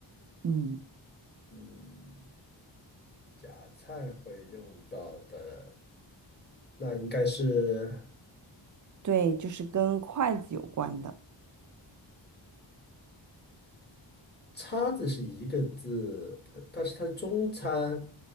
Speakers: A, on the right; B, on the left.
A: 嗯，
B: 嗯，夹菜会用到的，那应该是
A: 对，就是跟筷子有关的。
B: 叉子是一个字，呃但是它中餐，